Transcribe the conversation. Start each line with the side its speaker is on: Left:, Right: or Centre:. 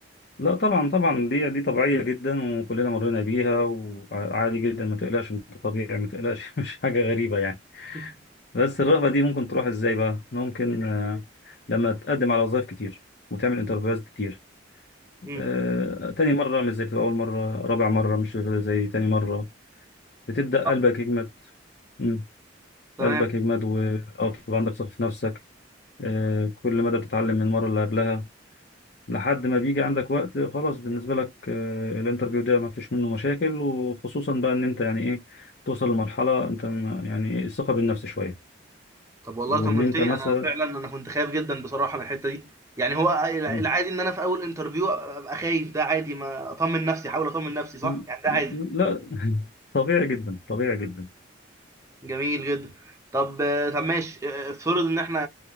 Left: لا طبعا طبعا دي دي طبيعيه جدا وكلنا مرينا بيها وعادي جدا ما تقلقش انت طبيعي ما تقلقش <laughs> مش حاجه غريبه يعني
Right: <laughs>
Left: بس الرغبه دي ممكن تروح ازاي بقى ممكن آه، لما تقدم على وظائف كتير وتعمل انترفيوهات كتير
Right: مم.
Left: آه، تاني مره مش زي بتبقى اول مره رابع مره مش زي تاني مره بتبدا
Right: صح
Left: قلبك يجمد مم.
Right: تمام
Left: قلبك يجمد و... او تبقى عندك ثقه في نفسك آه، كل مدى بتتعلم من المرة اللي قبلها لحد ما بيجي عندك وقت خلاص بالنسبة لك آه، الانترفيو ده ما فيش منه مشاكل وخصوصا بقى ان انت يعني ايه توصل لمرحلة انت ما- يعني إيه، الثقة بالنفس شوية
Right: طب والله
Left: وان
Right: طمنتني
Left: انت مثلا
Right: انا فعلا انا كنت خايف جدا بصراحه من الحته دي يعني هو
Left: مم.
Right: العادي ان انا في اول انترفيو ابقى خايف ده عادي ما اطمن نفسي احاول اطمن نفسي صح
Left: ل-
Right: يعني ده عادي
Left: لا <laughs> طبيعي جدا طبيعي جدا
Right: جميل جدا طب طب ماشي افترض ان احنا